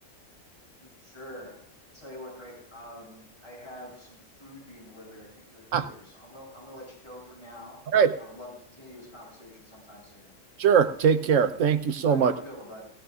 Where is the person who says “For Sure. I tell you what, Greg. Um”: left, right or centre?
Left